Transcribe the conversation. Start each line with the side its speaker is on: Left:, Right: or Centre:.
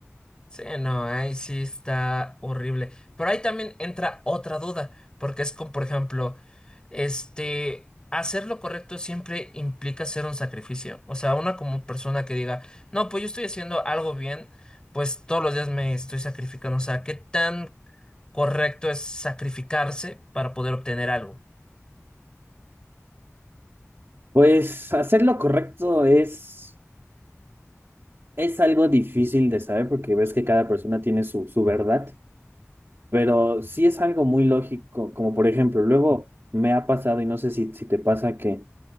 Left: Sí, no, ahí sí está horrible. Pero ahí también entra otra duda, porque es como, por ejemplo, este, hacer lo correcto siempre implica hacer un sacrificio. O sea, una como persona que diga, no, pues yo estoy haciendo algo bien, pues todos los días me estoy sacrificando. O sea, ¿qué tan correcto es sacrificarse para poder obtener algo?
Right: pues hacer lo correcto es Es algo difícil de saber porque ves que cada persona tiene su, su verdad, pero sí es algo muy lógico, como por ejemplo, luego me ha pasado y no sé si, si te pasa que